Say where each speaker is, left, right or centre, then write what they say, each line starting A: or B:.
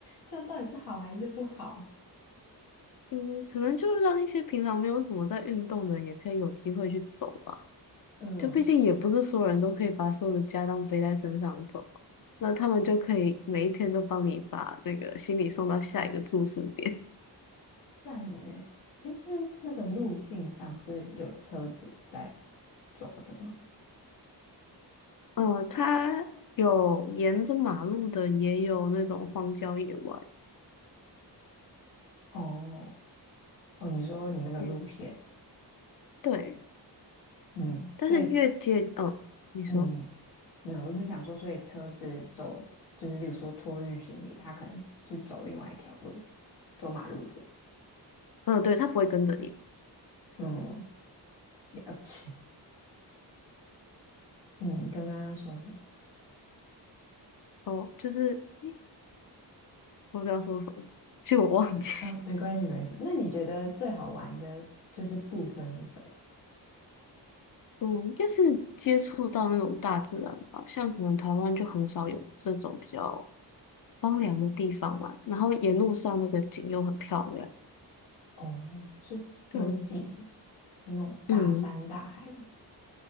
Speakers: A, on the left (about 85°); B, on the left (about 55°).
A: 这样到底是好还是不好？
B: 嗯，可能就让一些平常没有什么在运动的人，也可以有机会去走吧。
A: 嗯。
B: 就毕竟也不是所有人都可以把所有的家当背在身上走，那他们就可以每一天都帮你把那个行李送到下一个住宿点。
A: 站呢，诶，那那个路径上是有车子在走的吗？
B: 哦，它有沿着马路的，也有那种荒郊野外。
A: 哦哦，你说你那个路线，
B: 嗯，对，
A: 嗯，
B: 但是越界，
A: 所以
B: 嗯，你说，
A: 嗯，没有，我只想说，所以车子走就是，例如说托运行李，他可能去走另外一条路，走马路子。
B: 嗯，对，它不会跟着你。
A: 嗯，了解。嗯，刚刚要说什么？
B: 哦，就是，诶我不知道说什么，其实我忘记。
A: 啊，没关系，没关系。那你觉得最好玩的就是部分是什么？
B: 嗯，应该是接触到那种大自然吧，像可能台湾就很少有这种比较荒凉的地方嘛，然后沿路上那个景又很漂亮。
A: 哦，是有景
B: 对，
A: 的那种大山大海吗？
B: 嗯，